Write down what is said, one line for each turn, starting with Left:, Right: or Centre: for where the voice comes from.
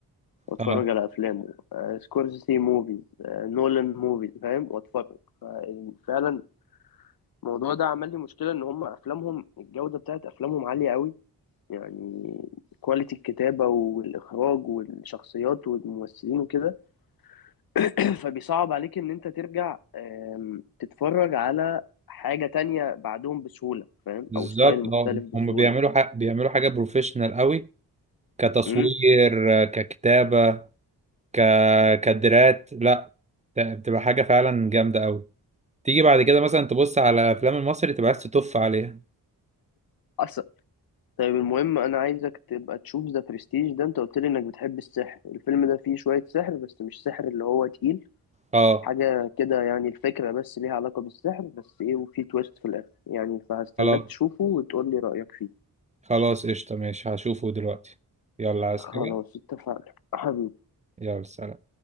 Left: واتفرج
Right: اه
Left: على افلامه آه سكورسيزي موفيز آه نولان موفيز فاهم واتفرج ف- فعلا الموضوع ده عمل لي مشكله ان هم افلامهم الجوده بتاعت افلامهم عاليه قوي يعني كواليتي الكتابة والإخراج والشخصيات والممثلين وكده <clears throat> فبيصعب عليك إن أنت ترجع آم، تتفرج على حاجة تانية بعدهم بسهولة فاهم
Right: بالظبط
Left: أو ستايل مختلف
Right: اه
Left: بسهولة
Right: هما بيعملوا حاجة بيعملوا حاجة بروفيشنال قوي كتصوير
Left: امم
Right: آه، ككتابة ك... كادرات لا ت- بتبقى حاجة فعلا جامدة قوي تيجي بعد كده مثلا تبص على افلام المصري تبقى عايز تتف عليها
Left: أصلا طيب المهم أنا عايزك تبقى تشوف ذا برستيج ده أنت قلت لي إنك بتحب السحر الفيلم ده فيه شوية سحر بس مش سحر اللي هو تقيل
Right: اه
Left: حاجة كده يعني الفكرة بس ليها علاقة بالسحر بس إيه وفيه تويست في الآخر يعني فهستناك
Right: خلاص
Left: تشوفه وتقول لي رأيك فيه
Right: خلاص قشطة ماشي هشوفه دلوقتي يلا عايز
Left: خلاص
Right: حاجة
Left: اتفقنا حبيبي
Right: يلا سلام